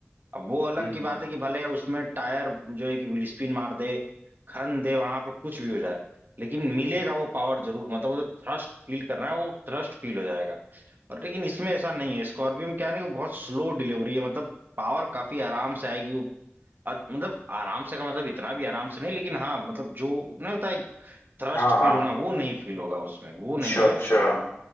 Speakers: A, on the right (about 50°); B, on the left (about 80°).
A: अब वो अलग
B: हम्म,
A: की बात है कि भले उसमें टायर जो है कि व्हील स्पिन मार दे खन दे वहां पे कुछ भी हो जाए लेकिन मिलेगा वो पावर जरूर मतलब वो जो थ्रस्ट फील करना है वो थ्रस्ट फील हो जाएगा और लेकिन इसमें ऐसा नहीं है स्कॉर्पियो में क्या है ना कि बहुत स्लो डिलीवरी है मतलब पावर काफी आराम से आएगी अ- मतलब आराम से का मतलब इतना भी आराम से नहीं लेकिन हाँ मतलब जो नहीं होता एक थ्रस्ट
B: हाँ हाँ
A: फील होना वो नहीं फील होगा उसमें वो
B: अच्छा
A: नहीं आएगा
B: अच्छा